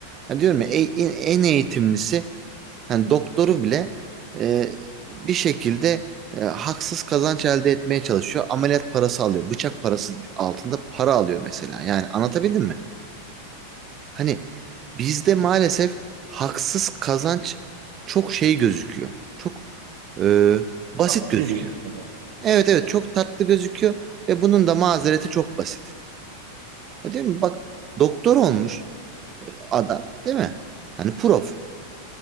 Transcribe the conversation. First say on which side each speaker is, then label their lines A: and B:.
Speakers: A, on the right; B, on the right.
A: Hani diyorum ya e- en, en eğitimlisi hani doktoru bile e, bir şekilde e, haksız kazanç elde etmeye çalışıyor. Ameliyat parası alıyor. Bıçak parası altında para alıyor mesela. Yani anlatabildim mi? Hani bizde maalesef haksız kazanç çok şey gözüküyor. Çok e, basit
B: haklı
A: gözüküyor.
B: geliyor insana.
A: Evet evet çok tatlı gözüküyor ve bunun da mazereti çok basit. Ya Değil mi? Bak doktor olmuş adam değil mi? Hani prof